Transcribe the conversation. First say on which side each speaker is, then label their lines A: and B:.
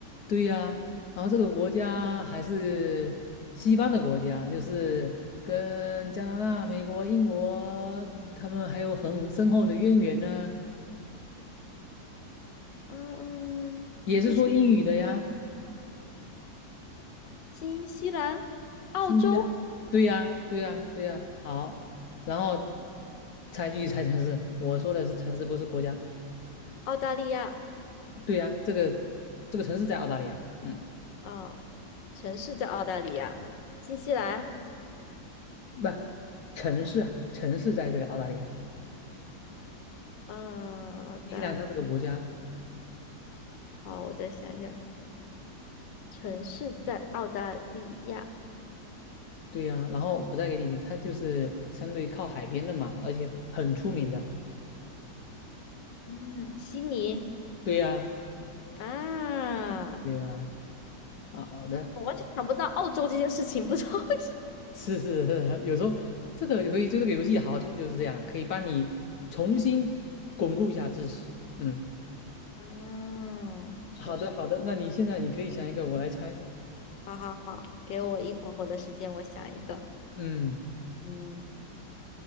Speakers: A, on the left (about 65°); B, on the left (about 80°).
A: 对呀，然后这个国家还是西方的国家，就是跟加拿大、美国、英国他们还有很深厚的渊源呢，
B: 嗯嗯，
A: 也是说英语的呀。
B: 新西新西兰、澳洲、
A: 新西兰，对呀，对呀，对呀，好，然后才继续猜城市。我说的是城市，不是国家。
B: 澳大利亚，
A: 对呀，这个这个城市在澳大利亚，嗯，
B: 哦，城市在澳大利亚，新西兰，
A: 不，城市啊，城市在这个澳大利亚，
B: 嗯，澳大，
A: 新西兰它是个国家，
B: 好，我再想想，城市在澳大利亚，
A: 对呀。然后我再给你，它就是相对靠海边的嘛，而且很出名的，
B: 嗯，悉尼
A: 对呀，
B: 啊，
A: 对呀。好的，
B: 我完全想不到澳洲这件事情，不知道为
A: 是是，<laughs> 有时候这个可以，对这个游戏好处就是这样，可以帮你重新巩固一下知识。嗯，
B: 什么，嗯，确实，
A: 好的好的，那你现在你可以想一个，我来猜。
B: 好好好，给我一会儿会儿的时间，我想一个，
A: 嗯，
B: 嗯，